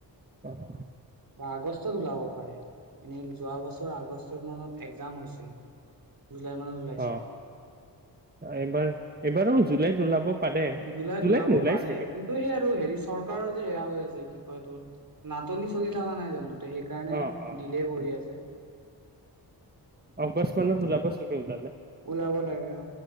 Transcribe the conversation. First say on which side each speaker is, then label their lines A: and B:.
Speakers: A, on the right; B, on the right.
A: অহ
B: বা আগষ্টত ওলাব পাৰে এনে যোৱা বছৰ আগষ্ট মানত এক্সজাম হৈছিলে জুলাই মানত ওলাইছিলে
A: অ এইবাৰ এইবাৰো জুলাইত ওলাব পাৰে
B: জলাই
A: জুলাইত
B: ওলাব
A: নোলাই
B: পাৰে
A: চাগে
B: কিন্তু সেই আৰু হেৰি চৰকাৰৰ যে এেৰা হৈ আছে কি কয় তোৰ ন নাটনি চলি থকা নাই জানোতে সেইকাৰণে
A: অ অ
B: দিলে কৰি আছে।
A: অগষ্ট মান ওলাব ছাগে ওলালে
B: ওলাব লাগে অ।